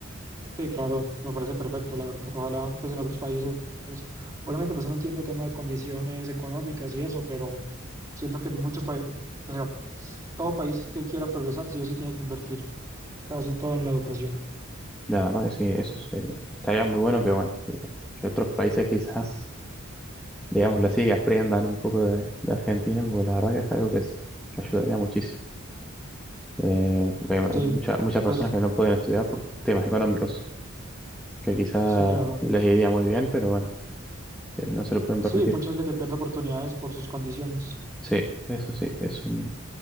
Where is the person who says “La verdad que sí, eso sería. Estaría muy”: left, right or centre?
Centre